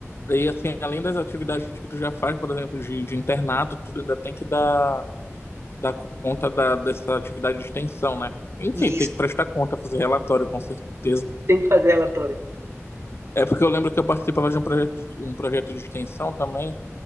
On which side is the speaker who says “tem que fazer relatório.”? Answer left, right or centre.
Right